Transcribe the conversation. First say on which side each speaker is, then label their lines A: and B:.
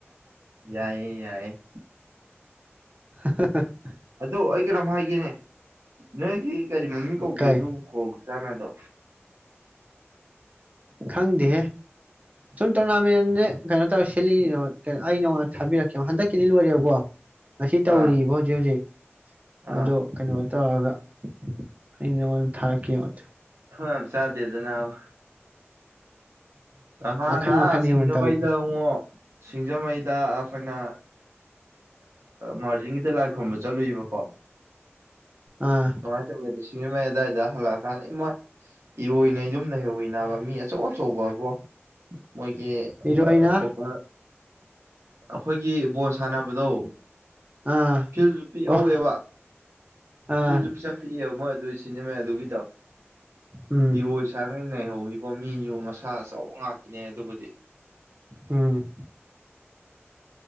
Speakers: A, on the right (about 80°); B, on the right (about 35°).
A: ꯌꯥꯏꯌꯦ ꯌꯥꯏꯌꯦ
B: <unintelligible>
A: ꯑꯗꯨ ꯑꯩ ꯀꯩꯅꯣꯝ ꯍꯥꯏꯒꯦꯅꯦ ꯅꯣꯏꯒꯤ ꯀꯔꯤ ꯃꯃꯤ ꯀꯧꯒꯦ
B: ꯀꯩ
A: ꯑꯗꯨꯕꯨ ꯀ ꯆꯅꯗꯣ
B: ꯈꯪꯗꯦ ꯁꯨꯝ ꯇꯣꯔꯅꯥꯃꯦꯟꯁꯦ ꯀꯩꯅꯣ ꯇꯧꯔ ꯁꯤꯂꯛꯏꯅ ꯀꯣ ꯑꯩ ꯅꯉꯣꯟꯗ ꯊꯥꯕꯤꯔꯛꯀꯦ ꯍꯟꯗꯛꯀꯤꯗꯤ ꯂꯣꯏꯔꯦꯕꯀꯣ ꯉ ꯇꯧꯔꯤꯕ
A: ꯑꯥ
B: ꯍꯧꯖꯤꯛ ꯍꯧꯖꯤꯛ
A: ꯑꯥ
B: ꯑꯗꯣ ꯀꯩꯅꯣ ꯇꯧꯔꯒ ꯑꯩ ꯅꯉꯣꯟꯗ ꯊꯥꯔꯛꯀꯦ ꯃ
A: ꯊꯣꯏ ꯌꯥꯝ ꯆꯥꯗꯦꯗ ꯅꯅꯥꯕ ꯍꯍꯥꯟꯅ
B: ꯃꯈꯟ ꯃꯈꯟ
A: ꯁꯤꯡꯖꯃꯩꯗ
B: ꯌꯦꯡꯉꯣ ꯇꯧꯔꯤ
A: ꯑꯃꯨꯛ ꯁꯤꯡꯖꯃꯩꯗ ꯑꯩꯈꯣꯏꯅ ꯃꯥꯔꯖꯤꯤꯡꯒꯤꯗ ꯂꯥꯏ ꯈꯨꯔꯨꯝꯕ ꯆꯠꯂꯨꯏꯕꯀꯣ
B: ꯑꯥ
A: ꯃꯥꯏ ꯀꯒ ꯁꯤꯅꯦꯃ ꯌꯥꯗꯏꯗ ꯍꯜꯂꯥꯛ ꯀꯗ ꯏꯃꯣꯏ ꯏꯔꯣꯏꯅ ꯌꯨꯝꯅ ꯍꯧꯏꯕ ꯃꯤ ꯑꯆꯧ ꯁꯣ ꯋꯥ ꯋꯥ ꯃꯣꯏꯒꯤ
B: ꯏꯔꯣꯏꯅ
A: ꯁꯄꯣꯀꯔ ꯑꯩꯈꯣꯏꯒꯤ ꯕꯣꯜ ꯁꯥꯟꯅꯕꯗꯣ
B: ꯑꯥ
A: ꯐꯤꯜꯁꯨ ꯄꯤꯛꯍꯧꯋꯦꯕ
B: ꯑꯣ ꯑꯥ
A: ꯐꯤꯜꯁꯨ ꯄꯩꯁꯥ ꯄꯤꯛꯑꯦꯕ ꯃꯣꯏ ꯑꯗꯨꯏꯁ ꯁꯤ ꯃ ꯑꯗꯨꯕꯤꯗ
B: ꯎꯝ
A: ꯏꯔꯣꯏꯁ ꯅꯩꯍꯧꯔꯤꯕ ꯃꯤꯁꯨ ꯃꯁꯥ ꯑꯆꯕ ꯉꯥꯛꯇꯅꯦ ꯑꯗꯨꯕꯨꯗꯤ
B: ꯎꯝ